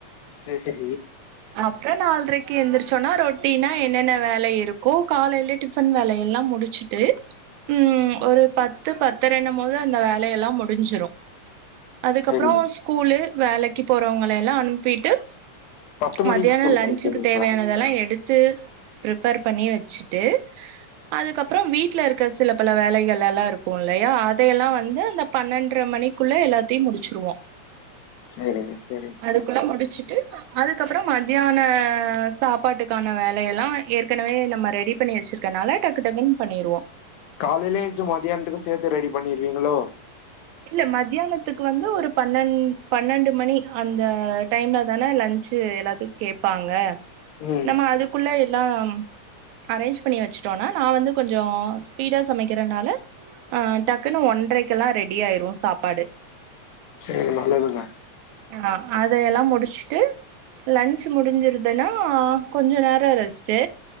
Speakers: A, on the left (about 75°); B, on the right (about 80°).
A: சேரி
B: அப்ற நால்ரைக்கு எந்திரிச்சோன்னா ரொட்டின்னா என்னென்ன வேல இருக்கோ காலையிலே டிஃபன் வேலையெல்லா முடிச்சுட்டு ம் ஒரு பத்து பத்து பத்தரன்னும் போது அந்த வேலையெல்லா முடிஞ்சிரு அதுக்கப்புற
A: சேரிங்க
B: ஸ்கூலு வேலைக்கு போறவங்கள எல்லா அனுப்பிட்டு
A: பத்து மணிக்கு
B: மத்தியான
A: ஸ்கூலுக்கு
B: லன்ச்சுக்கு
A: அனுப்புவீங்களா
B: தேவையானதெல்லா எடுத்து ப்ரிப்பேர் பண்ணி வச்சுட்டு அதுக்கப்புற வீட்ல இருக்கற சில பல வேலைகள் எல்லா இருக்கும் இல்லையா அதையெல்லா வந்து அந்த பன்னெண்ட்ர மணிக் குள்ள எல்லாத்தையு முடிச்சிருவோ
A: சேரிங்க சேரி
B: அதுக்குள்ள முடிச்சுட்டு அதுக்கப்புற மதியான சாப்பாட்டுக்கான வேலையெல்லா ஏற்கனவே நம்ம ரெடி பண்ணி வச்சிருக்கனால டக்கு டக்குன்னு பண்ணிருவோ
A: காலையிலேயே எந்துச்சி மதியானத்துக்கு சேத்து ரெடி பண்ணிருவீங்களோ
B: இல்ல மத்தியானத்துக்கு வந்து ஒரு பன்னன் பன்னெண்டு மணி அந்த டைம்ல தானே லன்ச் ச்சு எல்லாத்துக்கு கேப்பாங்க
A: ம்
B: நம்ம அதுக்குள்ள எல்லா அரேஞ்ச் பண்ணி வச்சுட்டோம்னா நா வந்து கொஞ்ச ஸ்பீடா சமைக்கிறனால ஆ டக்குன்னு ஒன்றைக்கெல்லா ரெடி ஆயிரு சாப்பாடு
A: சேரி நல்லதுங்க
B: ஆ அதையெல்லா முடிஸ்ட்டு லன்ச் முடிஞ்சிருதுன்னா கொஞ்ச நேர ரெஸ்ட்டு